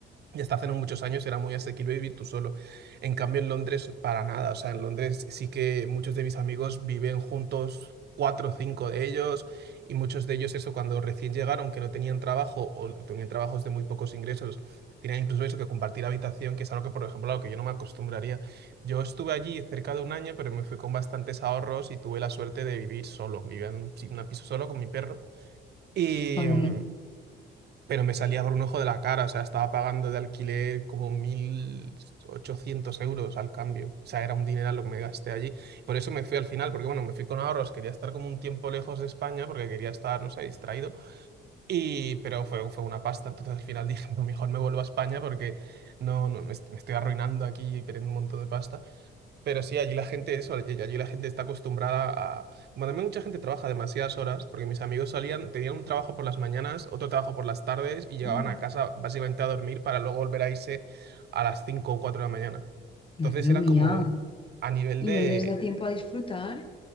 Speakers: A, on the right; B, on the left.
A: Y hasta hace no muchos años era muy asequible vivir tú solo. En cambio, en Londres, para nada. O sea, en Londres sí que muchos de mis amigos viven juntos, cuatro o cinco de ellos, y muchos de ellos, eso, cuando recién llegaron, que no tenían trabajo o tenían trabajos de muy pocos ingresos, tenían incluso eso que compartir habitación, que es algo que, por ejemplo, a lo que yo no me acostumbraría. Yo estuve allí cerca de un año, pero me fui con bastantes ahorros y tuve la suerte de vivir solo. Vivía en un, pi- un piso solo con mi perro. Y.
B: Mm.
A: mm, pero me salía por un ojo de la cara, o sea, estaba pagando de alquiler como mil ochocientos euros al cambio, o sea, era un dineral lo que me gasté allí. Por eso me fui al final, porque bueno, me fui con ahorros, quería estar como un tiempo lejos de España, porque quería estar, no sé, distraído, y, pero fue, fue una pasta, entonces al final <laughs> dije, no, mejor me vuelvo a España porque no, no, me, est- me estoy arruinando aquí y perdiendo un montón de pasta. Pero sí, allí la gente, eso, allí allí la gente está acostumbrada a... Como también mucha gente trabaja demasiadas horas, porque mis amigos salían, tenían un trabajo por las mañanas, otro trabajo por las tardes y llegaban
B: con-
A: a casa básicamente a dormir para luego volver a irse a las 5 o 4 de la mañana. Entonces
B: Madre
A: era
B: mía.
A: como a nivel
B: Y
A: de...
B: no les da tiempo a disfrutar.